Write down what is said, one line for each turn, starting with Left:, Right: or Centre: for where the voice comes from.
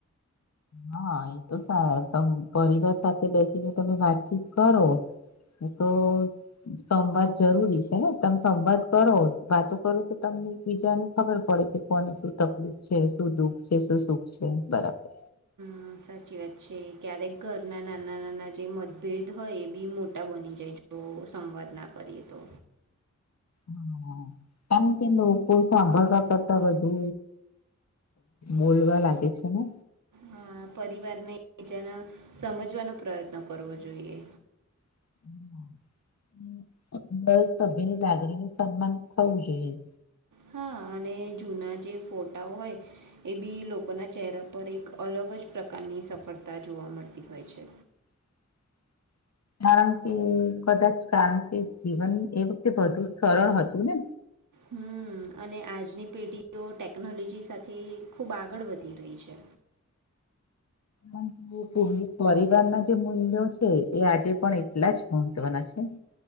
Left: હા એ તો <unintelligible> પરિવાર સાથે બેસીને તમે વાતચીત કરો. તો સંવાદ જરૂરી છે, ને તમે સંવાદ કરો વાતો કરો તો <unintelligible> <unintelligible> ખબર પડે કે કોને શું તકલીફ છે, શું દુઃખ છે, શું સુખ છે, બરાબર.
Right: હ સાચી વાત છે, ક્યારેક ઘરના નાના નાના જે મતભેદ હોય એ બી મોટા બની જાય છે. <unintelligible> સંવાદ ના કરીએ તો.
Left: <unintelligible> લોકો સાંભળતા પતા વધુ. બોલવા લાગે છે, ને.
Right: હા પરિવારને બીજાને સમજવાનો પ્રયત્ન કરવો જોઈએ.
Left: <inaudible> <unintelligible> લાગણી નું સન્માન થવું જોઈએ.
Right: હા અને જૂના જે ફોટા હોય એ બી લોકોના ચહેરા પર એક અલગ જ પ્રકારની. ની સફળતા જોવા મળતી હોય છે.
Left: <unintelligible> કારણ કે કદાચ કારણ કે જીવન એ વખતે વધુ સરળ હતું ને.
Right: હમ અને આજની પેઢીઓ ટેકનોલોજી સાથે ખુબ આગળ વધી. રહી છે.
Left: <unintelligible> પરિવારના જે મૂલ્યો છે, એ આજે પણ એટલા જ મહત્વના છે. <inaudible>